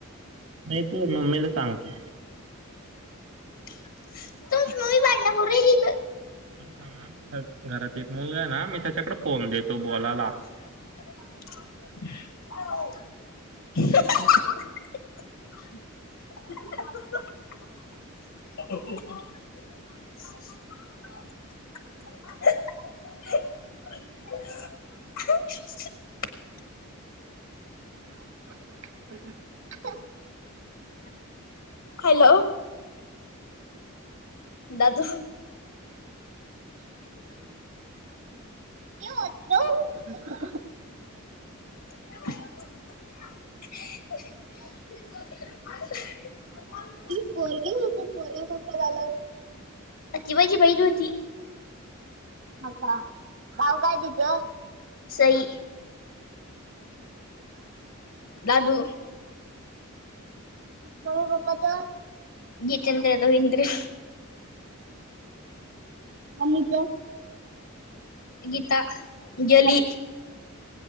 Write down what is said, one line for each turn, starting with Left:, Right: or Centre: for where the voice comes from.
Right: नाही तू ये मम्मीला सांगतो.
Left: तुमची मम्मी भांडण करु रायली इंथ.
Right: बर का मॅम घ घरात एक मुलगा आहे ना मी त्याच्याकडे फोन देतो बोलाला.
Left: <unintelligible> <unintelligible> <unintelligible> <unintelligible>
Right: <unintelligible>
Left: हॅलो. दादू.
Right: <unintelligible>
Left: <unintelligible> <unintelligible>
Right: तुही पोरगी होती पोरगा कसं काय झालं?
Left: ती माझी बहिन होती.
Right: होव का नाव काय तिचं?
Left: सई दादू.
Right: मम्मी पप्पाचं
Left: जितेंद्र रविंद्र.
Right: मम्मीचं
Left: गीता गेली.
Right: आज